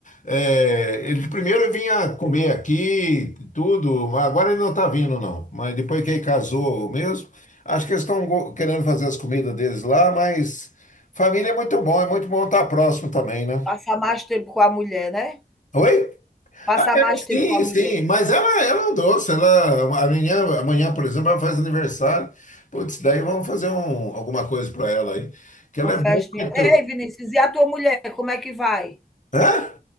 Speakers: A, on the left; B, in the centre.
A: É, ele primeiro vinha comer aqui, tudo, agora ele não está vindo, não. Mas depois que ele casou mesmo, acho que eles estão querendo fazer as comidas deles lá, mas família é muito bom, é muito bom estar próximo também, né?
B: Passar mais tempo com a mulher, né?
A: Oi?
B: Passar
A: Ah, é,
B: mais tempo
A: sim,
B: com a mulher.
A: sim, mas ela, ela é um doce, ela, amanhã, amanhã, por exemplo, ela faz aniversário, putz, daí vamos fazer um, alguma coisa para ela aí, que
B: Uma
A: ela é
B: festinha.
A: muito,
B: Ei, Vinícius, e a tua mulher, como é que vai?
A: hã?